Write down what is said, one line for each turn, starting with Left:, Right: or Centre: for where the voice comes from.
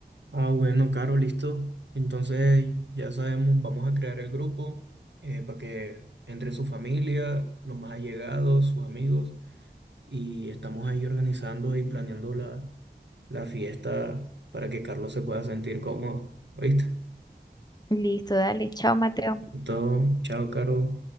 Right: Ah, bueno, Caro, listo. Entonces ya sabemos, vamos a crear el grupo eh, para que entre su familia, los más allegados, sus amigos, y estamos ahí organizando y planeando la, la fiesta para que Carlos se pueda sentir cómodo. ¿Oíste?
Left: Listo, dale, chao, Mateo.
Right: Y todo. Chao, Caro.